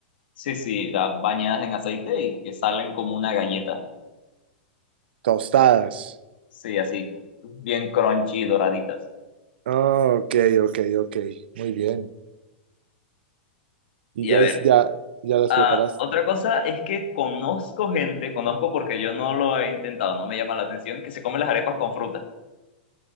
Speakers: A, on the left; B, on the right.
A: Sí, sí, las bañadas en aceite y que salen como una galleta.
B: tostadas.
A: Sí, así, bien crunchy y doraditas.
B: Ah, ok, ok, ok. Muy bien. ¿Y
A: Y
B: ya,
A: a ver,
B: hice- ya, ya las
A: ah,
B: preparaste?
A: otra cosa es que conozco gente, conozco porque yo no lo he intentado, no me llama la atención, que se come las arepas con fruta.